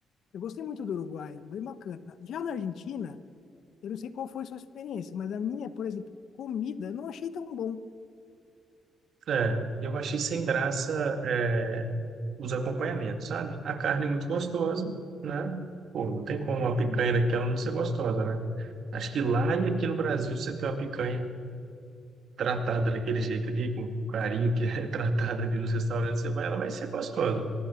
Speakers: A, on the left; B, on the right.
A: Eu gostei muito do Uruguai, bem bacana. Já na Argentina, eu não sei qual foi a sua experiência, mas a minha, por exemplo, comida, eu não achei tão bom.
B: É, eu achei sem graça é, os acompanhamentos, sabe? A carne é muito gostosa, né? Pô, não tem como uma picanha daquela não ser gostosa, né? Acho que lá e aqui no Brasil você tem uma picanha tratada daquele jeito ali, com o carinho que é <laughs> tratada ali nos restaurantes, você vai, ela vai ser gostosa.